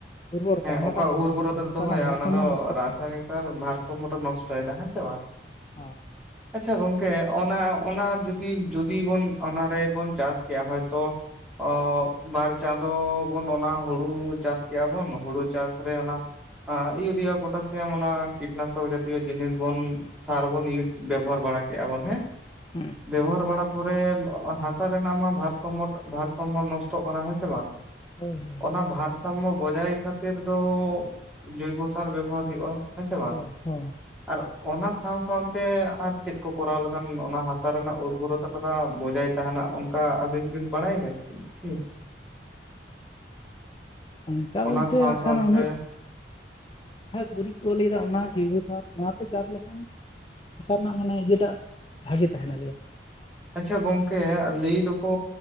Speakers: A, on the left; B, in the centre.
A: ᱩᱨᱵᱚᱨᱚᱛᱟ
B: ᱦᱮᱸ
A: ᱚᱱᱟᱴᱟᱜ
B: ᱚᱠᱟ
A: ᱵᱟᱝ
B: ᱩᱨᱵᱚᱨᱚᱛᱮ
A: ᱛᱟᱦᱮᱱ ᱠᱟᱱᱟ ᱦᱟᱥᱟ
B: ᱫᱚᱦᱚᱭᱟ
A: ᱨᱮᱱᱟᱜ ᱵᱷᱟᱨᱥᱟᱢᱢᱚ
B: ᱚᱱᱟ ᱫᱚ
A: ᱱᱚᱥᱴᱚᱜ
B: ᱨᱟᱥᱟᱭᱚᱱᱤᱠ
A: ᱠᱟᱱᱟ
B: ᱥᱟᱨ ᱵᱷᱟᱨ ᱥᱟᱢᱢᱚᱭ ᱱᱚᱥᱴᱚᱭᱮᱫᱟ ᱦᱮᱸ ᱥᱮ ᱵᱟᱝ?
A: ᱦᱚ,
B: ᱟᱪᱪᱷᱟ ᱜᱚᱝᱠᱮ ᱚᱱᱟ ᱚᱱᱟ ᱡᱩᱫᱤ ᱡᱩᱫᱤ ᱵᱚᱱ ᱚᱱᱟᱨᱮᱵᱚᱱ ᱪᱟᱥ ᱠᱮᱭᱟ ᱦᱚᱭᱛᱚ, ᱚ ᱵᱟᱨ ᱪᱟᱸᱫᱚ ᱵᱚᱱ ᱚᱱᱟ ᱦᱩᱲᱩ ᱪᱟᱥ ᱠᱮᱭᱟ ᱵᱚᱱ, ᱦᱩᱲᱩ ᱪᱟᱥ ᱨᱮ ᱚᱱᱟ ᱦᱟ ᱤᱭᱩᱨᱤᱭᱟ, ᱯᱚᱴᱟᱥᱤᱭᱟᱢ, ᱚᱱᱟ ᱠᱤᱴᱱᱟᱥᱚᱠ ᱡᱟᱛᱤᱭᱚ ᱡᱤᱱᱤᱥ ᱵᱚᱱ ᱥᱟᱨ ᱵᱚᱱ ᱤᱭᱩᱡᱽ ᱵᱮᱵᱚᱦᱟᱨ ᱵᱟᱲᱟ ᱠᱮᱭᱟᱼᱼ ᱠᱮᱭᱵᱚᱱ ᱦᱮᱸ,
A: ᱦᱮᱸ
B: ᱵᱮᱵᱚᱦᱟᱨ ᱵᱟᱲᱟᱼᱼ ᱛᱟᱨᱯᱚᱨᱮ ᱦᱟᱥᱟ ᱨᱮᱱᱟᱜ ᱢᱟ ᱵᱷᱟᱨ ᱥᱚᱢᱚᱛ, ᱵᱷᱟᱨ ᱥᱚᱢᱢᱚᱫᱽ ᱱᱚᱥᱴᱚᱜ ᱠᱟᱱᱟ ᱦᱮᱸ ᱥᱮ ᱵᱟᱝ ᱾
A: ᱦᱳᱭ ᱾
B: ᱚᱱᱟ ᱵᱷᱟᱨ ᱥᱟᱢᱢᱚ ᱵᱚᱡᱟᱭ ᱠᱷᱟᱹᱛᱤᱨ ᱫᱚ ᱡᱚᱭᱵᱚ ᱥᱟᱨ ᱵᱮᱵᱚᱦᱟᱨ ᱦᱩᱭᱩᱜᱼᱟ ᱾ ᱦᱮᱸᱥᱮ ᱵᱟᱝ
A: ᱦᱚᱸ ᱦᱚᱸ
B: ᱾ ᱟᱨ ᱚᱱᱟ ᱥᱟᱸᱶ ᱥᱟᱸᱶᱛᱮ ᱟᱨ ᱪᱮᱫ ᱠᱚ ᱠᱚᱨᱟᱣ ᱞᱮᱠᱷᱟᱱ ᱚᱱᱟ ᱦᱟᱥᱟ ᱨᱮᱱᱟᱜ ᱩᱨᱵᱚᱨᱚᱛᱟ ᱵᱚᱡᱟᱭᱼᱼ ᱛᱟᱸᱦᱟᱱᱟ, ᱚᱱᱠᱟ ᱟᱵᱤᱱ ᱵᱤᱱ ᱵᱟᱲᱟᱭ ᱜᱮᱭᱟ ᱠᱤ?
A: ᱚᱱᱠᱟ
B: ᱚᱱᱟ
A: ᱵᱚᱞᱛᱮ
B: ᱥᱟᱶ
A: ᱢᱮᱠᱷᱟᱱ
B: ᱥᱟᱶᱛᱮ
A: ᱩᱱᱟᱹᱜ, ᱟᱸᱜ ᱜᱩᱨᱤᱡ ᱠᱚ ᱞᱟᱹᱭᱮᱫᱟ ᱚᱱᱟ ᱡᱳᱭᱵᱚ ᱥᱟᱨ ᱾ ᱪᱟᱥ ᱞᱮᱠᱷᱟᱱ, ᱦᱟᱥᱟ ᱨᱮᱱᱟᱜ ᱢᱟᱱᱮ ᱤᱭᱟᱹᱴᱟᱜ ᱵᱷᱟᱜᱮ ᱛᱟᱦᱮᱱᱟ ᱞᱮᱭᱟ ᱾
B: ᱟᱪᱪᱷᱟ ᱜᱚᱝᱠᱮ ᱞᱟᱹᱭ ᱫᱚᱠᱚ